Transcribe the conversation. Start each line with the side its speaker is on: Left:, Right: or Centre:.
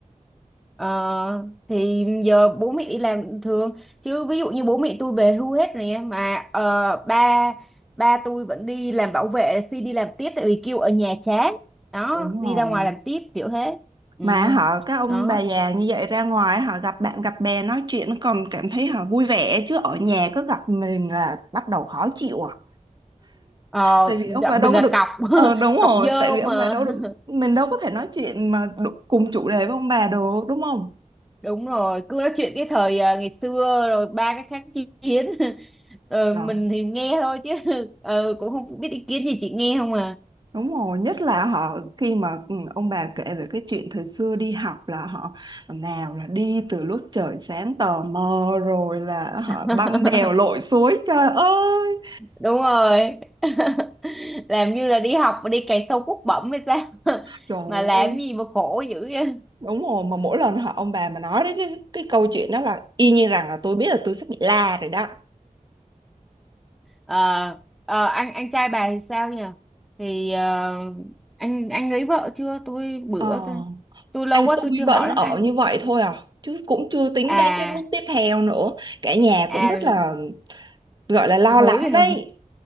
Centre: Ờ, thì giờ bố mẹ đi làm thường chứ ví dụ như bố mẹ tôi về hưu hết rồi nha mà ờ, ba ba tôi vẫn đi làm bảo vệ xin đi làm tiếp tại vì kêu ở nhà chán đó
Right: Đúng
Centre: đi
Right: rồi.
Centre: ra ngoài làm tiếp kiểu thế ừ.
Right: Mà họ các ông
Centre: đó
Right: bà già như vậy ra ngoài họ gặp bạn gặp bè nói chuyện còn cảm thấy họ vui vẻ chứ ở nhà cứ gặp mình là bắt đầu khó chịu à.
Centre: ờ,
Right: Tại vì ông
Centre: gặp
Right: bà đâu
Centre: mình
Right: có
Centre: là
Right: được
Centre: cọc <laughs>
Right: Ờ đúng rồi,
Centre: cọc dơ
Right: tại vì
Centre: mà
Right: ông bà đâu được
Centre: <laughs>
Right: mình đâu có thể nói chuyện mà đu- cùng chủ đề với ông bà được đúng không?
Centre: đúng rồi cứ nói chuyện cái thời ờ, ngày xưa rồi ba cái kháng chiến <laughs> rồi
Right: Đó,
Centre: mình thì nghe thôi chứ <laughs> ờ, cũng không biết ý kiến gì chị nghe không à
Right: đúng rồi, nhất là họ khi mà ừ, ông bà kể về cái chuyện thời xưa đi học là họ nào là đi từ lúc trời sáng tờ mờ rồi là họ
Centre: <laughs>
Right: băng đèo lội suối trời ơi.
Centre: đúng rồi <laughs> làm như là đi học mà đi cày sâu cuốc bẩm hay sao <laughs>
Right: Trời
Centre: mà làm gì mà khổ dữ vậy
Right: đúng rồi mà mỗi lần họ ông bà mà nói đến cái cái câu chuyện đó là y như rằng là tôi biết là tôi sắp bị la rồi đó
Centre: Ờ, ờ, anh anh trai bà thì sao nhỉ thì ờ, anh anh lấy vợ chưa tôi bữa
Right: ờ
Centre: tôi, tôi lâu
Right: anh
Centre: quá
Right: tôi
Centre: tôi chưa
Right: vẫn
Centre: hỏi
Right: ở
Centre: đến anh
Right: như vậy thôi à chứ cũng chưa tính
Centre: à
Right: đến cái bước tiếp theo nữa cả nhà
Centre: à
Right: cũng rất là gọi là lo
Centre: hối
Right: lắng
Centre: hả
Right: đấy
Centre: <laughs>